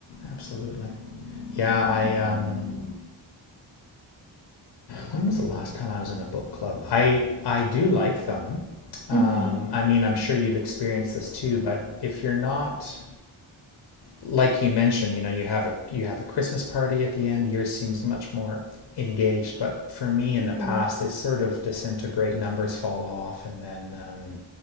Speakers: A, on the left; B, on the right.
A: absolutely. Yeah, I
B: Mhm.
A: um when was the last time I was in a book club? I I do like them. Um
B: Mhm.
A: I mean, I'm sure you've experienced this too, but if you're not like you mentioned, you know, you have a you have a Christmas party at the end. Yours seems much more engaged, but for me in
B: Mhm.
A: the past, they sort of disintegrate. Numbers fall off, and then um,